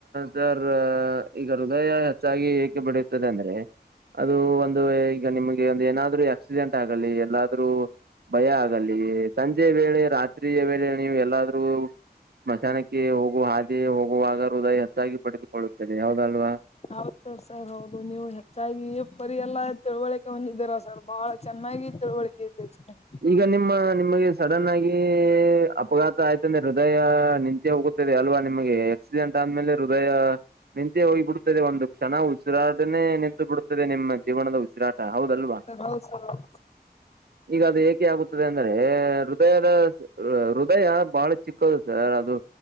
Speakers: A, on the right (about 70°); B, on the left (about 40°).
A: ಸರ್ ಈಗ ಹೃದಯ ಹೆಚ್ಚಾಗಿ ಏಕೆ ಬೆಡೆಯುತ್ತದೆ ಅಂದ್ರೆ ಅದು ಒಂದ ಈಗ ನಿಮ್ಗೆ ಒಂದ ಏನಾದ್ರು ಯಾ ಆಕ್ಸಿಡೆಂಟ್ ಆಗಲಿ ಎಲ್ಲಾದ್ರೂ ಭಯ ಆಗಲಿ ಸಂಜೆ ವೇಳೆ ರಾತ್ರಿಯ ವೇಳೆ. ನೀವ ಎಲ್ಲಾದ್ರೂ ಮಶಾನಕ್ಕೆ ಹೋಗು ಹಾದಿಯ ಹೋ ಹೂವಾಗ ಹೃದಯ ಹೆಚ್ಚಾಗಿ ಪಡೆದುಕೊಳ್ಳುತ್ತದೆ ಹೌದಲ್ವಾ.
B: ಆರುತ್ತೆ ಸರ್ ಹೌದು ನೀವ ಹೆಚ್ಚಾಗಿ ಪರಿ ಎಲ್ಲ ತಿಳುವಳಿಕೆ ಹೊಂದಿದ್ದೀರಾ ಸರ್ ಬಹಳ ಚೆನ್ನಾಗಿ ತಿಳುವಳಿ <unintelligible>
A: ಈಗ ನಿಮ್ಮ ನಿಮಗೆ ಸಡನ್ ಆಗಿ ಅಪಘಾ ಆಯ್ತಂದ್ರೆ ಹೃದಯ ನಿಂತೆ ಹೋಗುತ್ತದೆ ಅಲ್ವಾ ನಿಮ್ಗೆ ಆಕ್ಸಿಡೆಂಟ್ ಆದ್ಮೇಲೆ ಹೃದಯ. ನಿಂತೇ ಹೋಗಿಬಿಡ್ತದೆ ಒಂದು ಕ್ಷಣ ಉಸಿರಾಟನೆ ನಿಂತು ಬಿಡ್ತದೆ ನಿಮ್ಮ ಜೀವನದ ಉಸಿರಾಟ ಹೌದಲ್ವಾ.
B: ಹೌದ ಸರ್ ಹಾ
A: ಈಗ ಅದ ಏಕೆ ಆಗುತ್ತದೆ ಅಂದ್ರೆ ಹೃದಯದ ಹೃದಯ ಬಾಳ ಚಿಕ್ಕದು ಸರ್ ಅದು